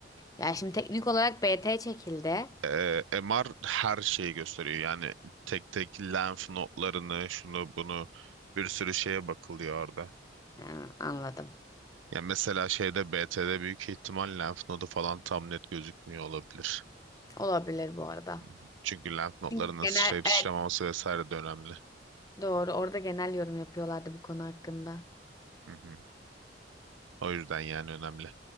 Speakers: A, on the left; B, on the right.
A: Ya şimdi teknik olarak BT çekildi.
B: Ee, MR her şeyi gösteriyor. Yani tek tek lenf notlarını, şunu bunu bir sürü şeye bakılıyor orada.
A: Ha, anladım.
B: Ya mesela şeyde BT'de büyük ihtimal lenf nodu falan tam net gözükmüyor olabilir.
A: Olabilir bu arada.
B: Hı hı. Çünkü lenf notlarının
A: Çünkü genel
B: sıçrayıp
A: evet,
B: sıçramaması vesaire de önemli.
A: Doğru. Orada genel yorum yapıyorlardı bu konu hakkında.
B: Hı hı. O yüzden yani önemli.